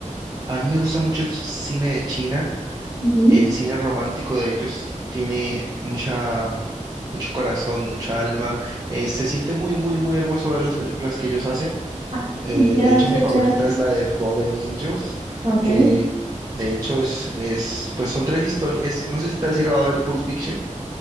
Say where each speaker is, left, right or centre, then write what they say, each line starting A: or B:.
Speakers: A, on the right (about 25°); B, on the right (about 45°).
A: a mí me gusta mucho el cine de China,
B: ujú.
A: el cine romántico de ellos tiene mucha, mucho corazón, mucha alma, eh, se siente muy, muy, muy hermoso ver las películas que ellos hacen
B: Ah,
A: Eh,
B: ya,
A: de hecho, mi
B: ya,
A: favorita
B: ya.
A: es la de Fallen Angels,
B: Ok,
A: que de hecho es, es pues son tres historias. No sé si te has llegado a ver Pulp Fiction.